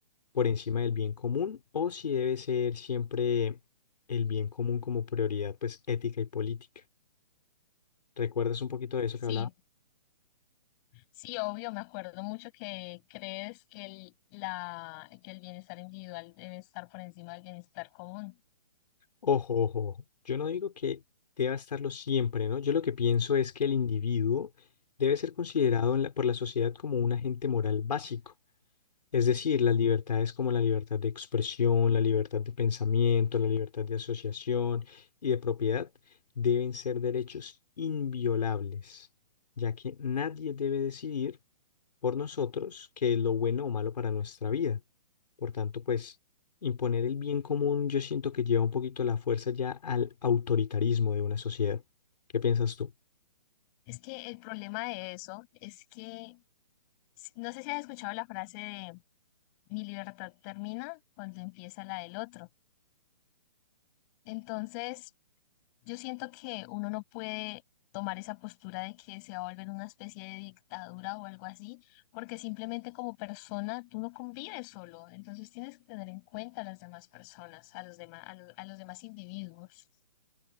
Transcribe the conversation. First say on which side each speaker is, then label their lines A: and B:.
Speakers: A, on the left; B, on the left.
A: por encima del bien común o si debe ser siempre el bien común como prioridad, pues ética y política. ¿Recuerdas un poquito de eso
B: Sí,
A: que hablaba?
B: sí, obvio, me acuerdo mucho que crees que el, la, que el bienestar individual debe estar por encima del bienestar común.
A: Ojo, ojo, ojo. Yo no digo que deba estarlo siempre, ¿no? Yo lo que pienso es que el individuo debe ser considerado en la- por la sociedad como un agente moral básico. Es decir, las libertades como la libertad de expresión, la libertad de pensamiento, la libertad de asociación y de propiedad deben ser derechos inviolables, ya que nadie debe decidir por nosotros qué es lo bueno o malo para nuestra vida. Por tanto, pues imponer el bien común yo siento que lleva un poquito la fuerza ya al autoritarismo de una sociedad. ¿Qué piensas tú?
B: Es que el problema de eso es que, no sé si has escuchado la frase de mi libertad termina cuando empieza la del otro. Entonces, Yo siento que uno no puede tomar esa postura de que se va a volver una especie de dictadura o algo así, porque simplemente como persona tú no convives solo, entonces tienes que tener en cuenta a las demás personas, a los demás, a los, a los demás individuos.